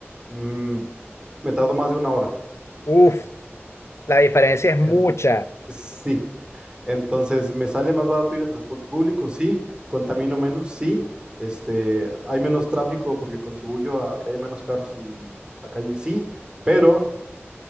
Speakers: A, on the right; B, on the left.
A: mm, me tardo más de una hora.
B: Uf, la diferencia es
A: En-
B: mucha.
A: sí, Entonces, ¿me sale más barato ir en transporte público? Sí. ¿Contamino menos? Sí. Este, ¿hay menos tráfico porque contribuyo a que haya menos carros en la calle? Sí. Pero